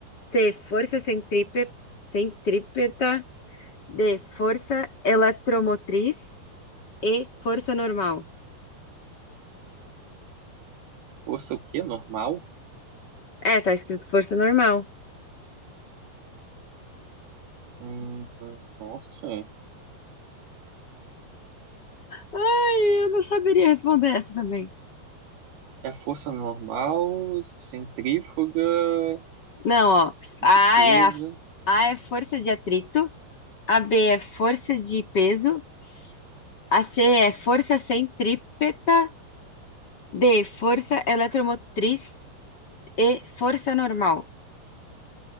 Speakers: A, on the left (about 40°); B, on the right (about 65°).
A: C. Força centrípe... centrípeta. D. Força eletromotriz e força normal.
B: força o quê? Normal?
A: É, tá escrito força normal.
B: Hum, nossa.
A: Ai, eu não saberia responder essa também.
B: É força normal, centrífuga,
A: Não, ó.
B: de
A: A
B: peso.
A: é, a, a é força de atrito. A B é força de peso. A C é força centrípeta. D, força eletromotriz e força normal.